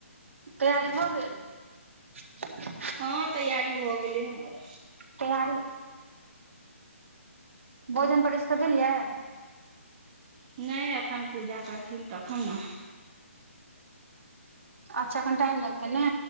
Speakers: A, on the right; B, on the right.
A: तैयारी भऽ गेल
B: हँ तैयारी भऽ गेलै हमर
A: तैयारी भोजन परैस कऽ देलियै
B: नइ एखन पूजा करथिन तखन न
A: अच्छा कनि टाइम लागतै नै